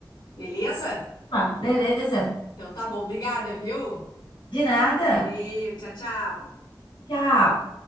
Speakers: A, on the left; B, on the left.
A: Beleza?
B: Ah, beleza.
A: Então tá bom. Obrigada, viu?
B: De nada.
A: Valeu, tchau, tchau.
B: Tchau.